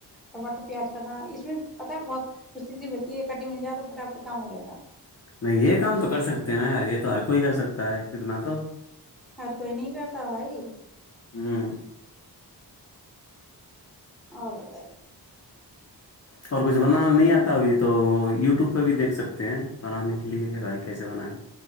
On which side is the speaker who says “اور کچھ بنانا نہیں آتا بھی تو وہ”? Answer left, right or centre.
Left